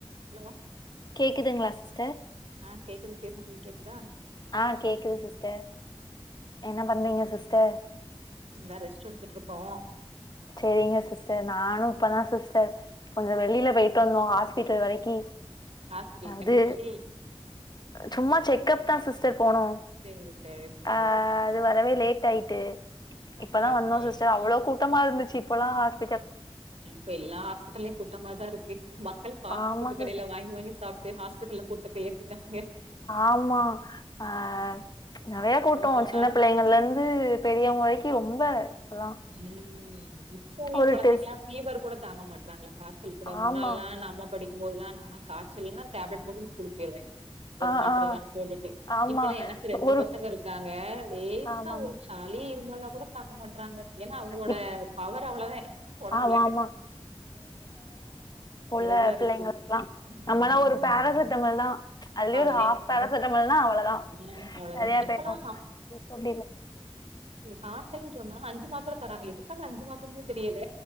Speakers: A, on the right; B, on the left.
A: Hello
B: கேக்குதுங்ளா sister
A: ஆ கேக்குது சிஸ் உங்களுக்கு கேக்குதா
B: ஆ கேக்குது சிஸ்டர் என்ன பண்றீங்க சிஸ்டர்
A: இந்தா ரெஸ்ட் எடுத்துட்டுருக்கோ
B: சேரிங்க சிஸ்டர் நானு இப்பதா சிஸ்டர் கொஞ்சொ வெளியில போயிட்டு வந்தோ ஹாஸ்பிட்டல் வரைக்கி
A: ஹாஸ்பிட்டலுக்கு
B: அது
A: என்னாச்சு
B: சும்மா செக்கப் தா சிஸ் டர் போனோ
A: சேரி சேரி சேரி
B: அ அது வரவே லேட் ஆயிட்டு
A: ஓகே
B: இப்பதா
A: ஓகே
B: வந்தோ சிஸ்டர் அவ்ளோ கூட்டமா இருந்துச்சு இப்பொலா ஹாஸ்
A: இப்ப எல்லா ஹாஸ்பிட்டல்லயு கூட்டமாதா இருக்கு மக்கள் ஃபாஸ்ட்
B: ஆமா
A: ஃபுட்டு கடேல
B: சிஸ்டர்
A: வாங்கி வாங்கி சாப்ட்டு ஹாஸ்பிட்டல்ல கூட்டத்த ஏத்திட்டாங்க
B: ஆமா ஆ நெறையா
A: எங்க
B: கூட்டோ
A: போனாலு
B: சின்ன பிள்ளைங்கள்லருந்து பெரியவங்க வரைக்கு ரொம்ப இப்பல்லா
A: ம் இப்ப உள்ள
B: ஒரு
A: கொழந்தைகளா
B: டெஸ்
A: ஃபீவர் கூட தாங்க மாட்டறாங்கள காச்சல் கூட முன்னால்லா
B: ஆமா
A: நம்ம படி போதுலா நாளா காச்சல்லுனா டேப்லட் போட்டுகுட் ஸ்கூலுக் பேய்ருவே
B: ஆ
A: ஒரு மாத்தர
B: ஆ
A: தா போட்டுட்டு
B: ஆமா
A: இப்பல்லா எனக்கு ரெண்டு
B: ஒரு
A: பசங்க இருக்காங்க லேசா
B: ஆமாமா
A: ஒரு சளி இருக் இவாலா கூட தாங்க மாட்றாங்க ஏனா அவுங்குளோட
B: இப்
A: பவர் அவுளேதே ஒடம்புல
B: ஆமா ஆமா
A: அவ்ளோதா
B: பிள்ளைங்களுக்லா
A: இருக்கு
B: நம்மளா
A: ம்
B: ஒரு பேராசிட்டமல் தா அதுலே
A: அவ்ளோதே
B: ஒரு ஹாப் பேராசிட்டமால்னா அவுளொதா
A: ஆ அவ்ளோதே
B: சரியா
A: இப்பல்லா
B: போயிடு இப் அப்டி இல்ல
A: கச்சல் சொன்னா அஞ்சு மாத்தர தராங்க எதுக் கந்த அஞ்சு மாத்தர்னே தெரியல